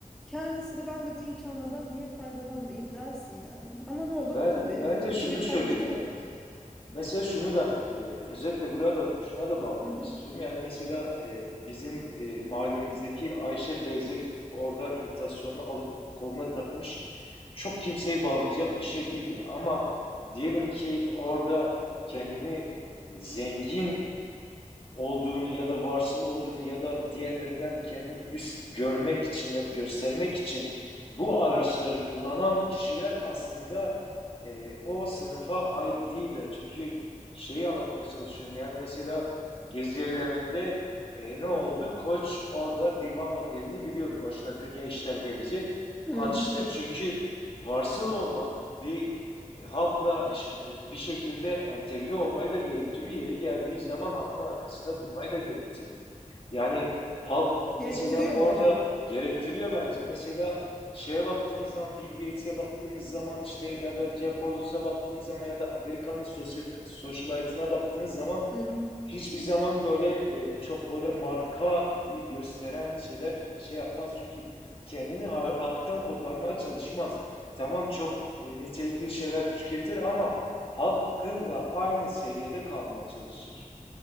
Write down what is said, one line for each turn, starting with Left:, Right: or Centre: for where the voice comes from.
Centre: kendisi de ben de bu imkanlardan niye faydalanmayayım dersin yani. Ama ne olur
Left: ben
Centre: tabii
Left: bence
Centre: evet kötü
Left: şunu
Centre: bir
Left: söylemek
Centre: taklidi olur.
Left: lazım. Mesela şunu ben e, özetle buraya da şuna da bağlamak
Centre: Hı hı.
Left: istiyorum. Yani mesela e, bizim e, mahallemizdeki Ayşe teyze gidip orada imitasyonunu alıp koluna takmış çok kimseyi bağlayacak bir şey değildir. Ama diyelim ki orada kendini e, zengin olduğunu ya da varsıl olduğunu ya da diğerlerinden kendini üst görmek için ya da göstermek için bu araçları kullanan kişiler aslında e, o sınıfa ait değiller. Çünkü şeyi anlatmaya çalışıyorum. Yani mesela Gezi eyleminde e, ne oldu? Koç orada divan otelini biliyordu. Başına dünya işler gelecek.
Centre: Hı
Left: Açtı
Centre: hı.
Left: çünkü varsıl olmak bir e, halkla e, bir şekilde entegre olmayı da gerektiriyor. Yeri geldiği zaman halkın arkasında durmayı da gerektiriyor. Yani halk mesela
Centre: Gerektiriyor
Left: orada
Centre: mu acaba?
Left: gerektiriyor bence. Mesela şeye baktığımız zaman Bill Gates'e baktığımız zaman işte ya da Jeff Bezos'a baktığımız zaman ya da Amerika'nın sosyal, e, socialite'ına baktığınız zaman
Centre: Hı hı.
Left: hiçbir zaman böyle e, çok böyle markayı gösteren şeyler şey yapmaz. Çünkü kendini halktan koparmaya çalışmaz. Tamam çok e, nitelikli şeyler tüketir ama halkla aynı seviyede kalmaya çalışır.